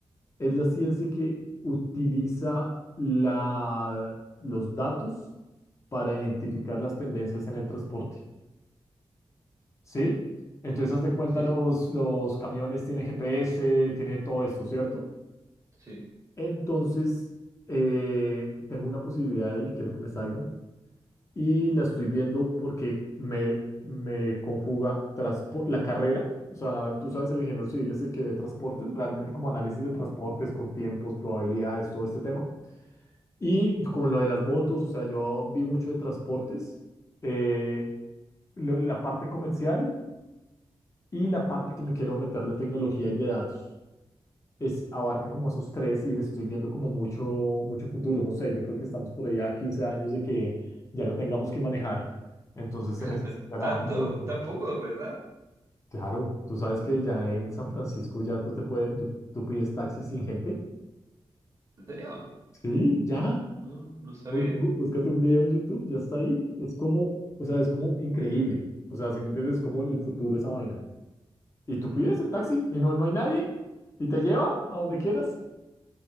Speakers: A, on the left; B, on the right.
A: Es la ciencia que utiliza la, los datos para identificar las tendencias en el transporte. ¿sí? Entonces, haz de cuenta,
B: Sí,
A: los,
B: sí,
A: los camiones tienen GPS, tienen todo esto, ¿cierto?
B: sí.
A: Entonces, eh, tengo una posibilidad ahí, quiero que me salga, y la estoy viendo porque me, me conjuga transpo- la carrera. O sea, tú sabes, el ingeniero civil es el que ve transportes, realmente como análisis de transportes con tiempos, probabilidades, todo este tema. Y como lo de las motos, o sea, yo vi mucho de transportes, eh, lo- la parte comercial Y la parte que me quiero meter de tecnología y de datos es, abarca como esos tres y le estoy viendo como mucho, mucho futuro. No sé, yo creo que estamos por allá a 15 años de que ya no tengamos que manejar. Entonces
B: <laughs>
A: se necesitará
B: ¿Tanto?
A: mucho.
B: ¿Tan poco, pensás?
A: Claro, tú sabes que ya en San Francisco ya tú te puedes, yo- tú pides taxi sin gente.
B: ¿En serio?
A: Sí, ya.
B: No, no sabía.
A: Bú- bú- búscate un video en YouTube, ya está ahí. Es como, o sea, es como increíble. O sea, si me entiendes, es como el futuro de esa vaina. Y tú pides el taxi y no, no hay nadie y te lleva a donde quieras.